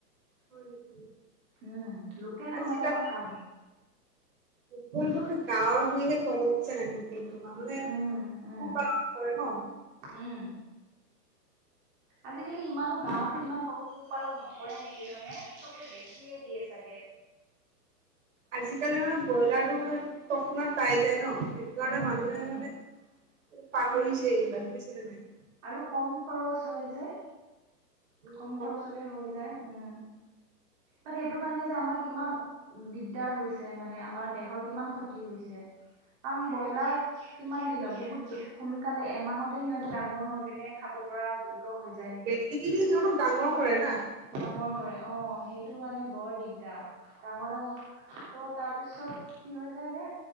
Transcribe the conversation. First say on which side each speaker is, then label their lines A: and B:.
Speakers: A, on the right; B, on the right.
A: হয় নেকি
B: উম লোকেলটো
A: আজিকালি
B: হ'লে মই খাওঁ
A: কিন্তু গাওঁ ভুই হে পোৱা যায় বুজিছা নাই মানে
B: উম, উম,
A: খুব আঁ কৰে ন
B: উম। আজিকালি ইমানো গাঁৱতো ইমান পা পোহপালন নকৰে নেকি হয়নে চবেই বেছিয়ে দিয়ে চাগে
A: আজিকালি মানে ব্ৰইলাৰটো মানে তৎক্ষণাৎ পাই যায় ন সেইটো কাৰণে
B: উম,
A: মানুহে
B: উম।
A: মানে পাহৰিছে এইবিলাক বুয়িছে নে নাই
B: আৰু কম খৰচ হয় যে
A: উম,
B: কম খৰচতে হৈ যায় উম বাট সেইটো কাৰণে যে আমাৰ কিমান দিগদাৰ হৈছে মানে আমাৰ দেহৰ কিমান ক্ষতি হৈছে কাৰণ ব্ৰইলাৰ কিমান দিনত বহুত সোনকালে এমাহতে সিহঁতে ডাঙৰ হৈ পিনে খাব পৰা হৈ যায় নেকি?
A: বেজি দি দি সিহঁতক ডাঙৰ কৰে না
B: ডাঙৰ কৰে অঁ সেই ইটো কাৰণে বৰ দিগদা ডাঙৰ ডাঙ ত' তাৰপিছত কি হৈ যায় যে